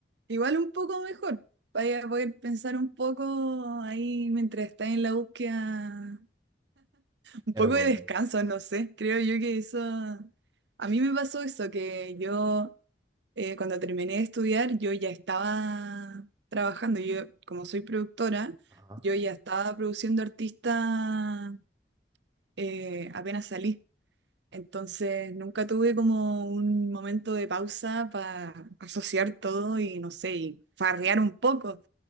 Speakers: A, on the right; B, on the right.
A: igual un poco mejor. Vaya a poder pensar un poco ahí mientras estás en la búsqueda. Un
B: claro,
A: poco
B: como...
A: de descanso, no sé. Creo yo que eso... A mí me pasó eso, que yo eh, cuando terminé de estudiar, yo ya estaba trabajando. Yo, como soy productora,
B: Ajá,
A: yo ya estaba produciendo artistas eh, apenas salí. Entonces, nunca tuve como un momento de pausa para asociar todo y, no sé, y farrear un poco.